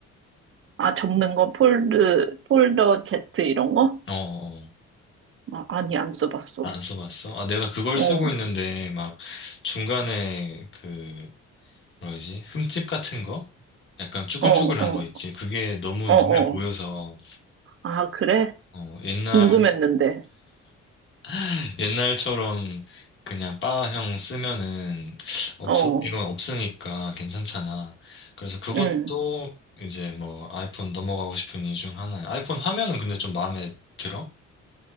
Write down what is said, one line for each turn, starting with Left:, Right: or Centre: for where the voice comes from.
Right: 아, 접는 거 폴드, 폴더 Z 이런 거?
Left: 어, 어.
Right: 아, 아니, 안 써봤어.
Left: 안 써봤어? 아 내가 그걸
Right: 어,
Left: 쓰고 있는데
Right: 어,
Left: 막 중간에 그 뭐지 흠집 같은 거? 약간 쭈글쭈글한
Right: 어, 어,
Left: 거 있지. 그게 너무
Right: 어.
Left: 눈에 보여서
Right: 아, 그래?
Left: 어, 옛날
Right: 궁금했는데.
Left: <laughs> 옛날처럼 그냥 바형 쓰면은 없어
Right: 어,
Left: 이건 없으니까 괜찮잖아. 그래서 그것도
Right: 음.
Left: 이제 뭐 아이폰 넘어가고 싶은 이유 중 하나야. 아이폰 화면은 근데 좀 마음에 들어?